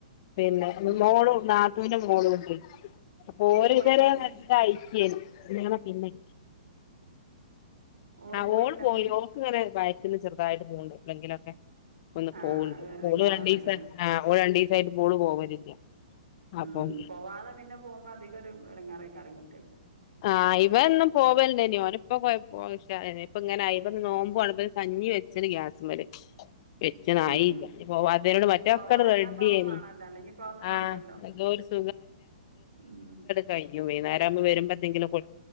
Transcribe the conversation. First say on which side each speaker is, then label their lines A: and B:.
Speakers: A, on the left; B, on the right.
A: പിന്നെ
B: ഉം.
A: മോളു നാത്തൂന്റെ മോളും ഇണ്ട്. <unintelligible>
B: ഓളും പോയില്ലന്ന്?
A: പിന്നെ
B: ഓളും
A: ആ
B: പോയില്ലന്ന്
A: ഓള് പോയി. ഓക്ക് ഇങ്ങനെ വയറ്റന്ന് ചെറുതായിട്ട് പോവണ്ട് എപ്പളെങ്കിലൊക്കെ. ഓള്
B: ആഹ്
A: പോവ്ണ്ട്.
B: അത് വേറെ എടങ്ങേറാണല്ലോല്ലേ
A: ഓള് രണ്ടിസാ ആ ഓള് രണ്ടിസായിട്ട് <unintelligible> പോവലില്ല.
B: ഉം
A: അപ്പം
B: പോവാതെ പിന്നെ പോകുമ്പോ അധികം ഒരു എടങ്ങേറാക്കാരം കുട്ടിയക്ക്.
A: ആ ഇവൻ ന്നു പോവല് ണ്ടെയ്നു ഓനിപ്പ <unintelligible> പ്പ ഇങ്ങനായി പ്പോ ന്ന് നോമ്പു <unintelligible> കഞ് കഞ്ഞി <unintelligible> ഗ്യാസുമല്. <unintelligible>
B: ഉം
A: മറ്റേ
B: പോവാഞ്ഞാ
A: ഒക്കണ് റെഡിഡിയിനീ
B: ഇപ്പ അതും വാണല്ലോ അല്ലെങ്കി ഇപ്പ അതൊന്നും
A: ആ
B: വാണ്ടല്ലോ
A: എന്തോരു സ്പ് <unintelligible>
B: ഉം
A: കയിഞ്ഞ് പോയി വൈന്നാരാ വരവുമ്പോതെങ്കിലും ഒ